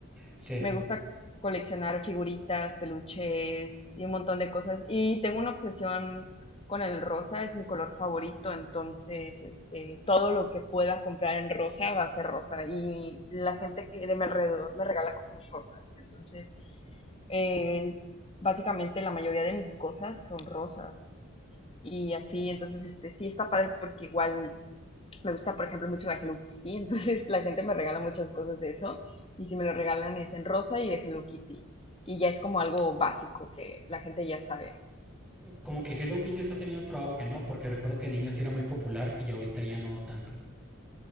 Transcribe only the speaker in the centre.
<laughs>
Sí.
Como que Hello Kitty está teniendo otro auge, ¿no? Porque recuerdo que de niño sí era muy popular y ahorita ya no tanto.